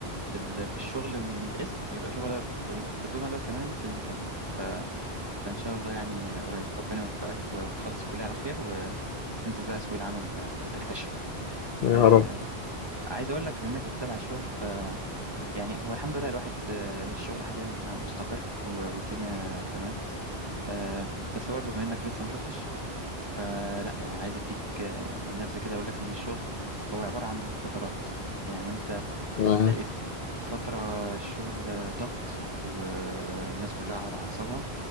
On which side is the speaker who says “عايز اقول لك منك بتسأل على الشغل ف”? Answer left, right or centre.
Right